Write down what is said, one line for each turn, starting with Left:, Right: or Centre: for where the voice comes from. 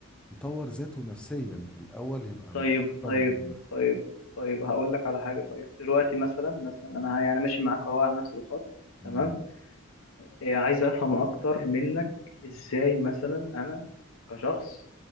Centre: يطور ذاته نفسيا الاول يبقى
Left: طيب
Centre: م- اكتر
Left: طيب
Centre: مرونه
Left: طيب طيب هقول لك على حاجة طيب دلوقتي مثلا مثلا انا يعني ماشي معاك اهو على نفس الخط
Centre: مم،
Left: تمام إيه عايز افهم اكتر منك ازاي مثلا انا كشخص